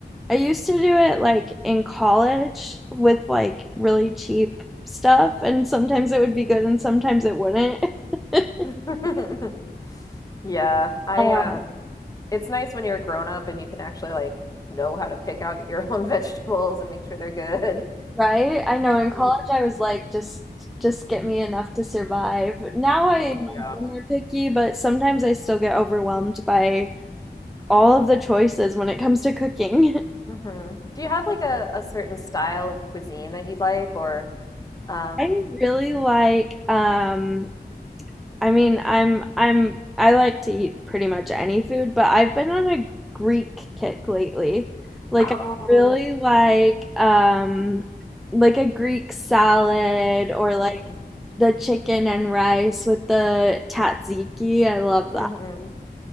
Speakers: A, in the centre; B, on the left.
A: I used to do it like in college with like really cheap stuff, and sometimes it would be good and sometimes it wouldn't. <laughs>
B: <laughs> Yeah, I
A: Um,
B: um it's nice when you're a grown up and you can actually like know how to pick out your <laughs> own vegetables and make sure they're good.
A: right? I know in
B: Yeah.
A: college I was like just just get me enough to survive. Now I'm
B: Oh, yeah.
A: a little more picky, but sometimes I still get overwhelmed by all of the choices when it comes to cooking. <laughs>
B: hmm Do you have like a, a certain style of cuisine that you like or um
A: I really like um I mean, I'm I'm I like to eat pretty much any food, but I've been on a Greek kick lately. Like
B: oh
A: I really like um like a Greek salad or
B: mhm,
A: like the chicken and rice with the tzatziki. I love that.
B: mhm.